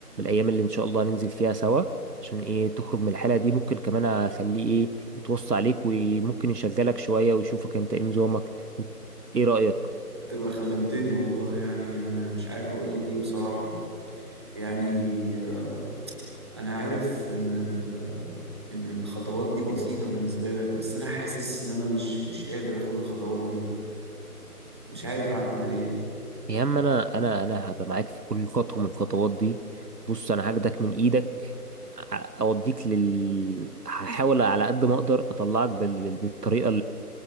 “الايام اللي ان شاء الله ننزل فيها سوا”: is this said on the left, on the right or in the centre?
Right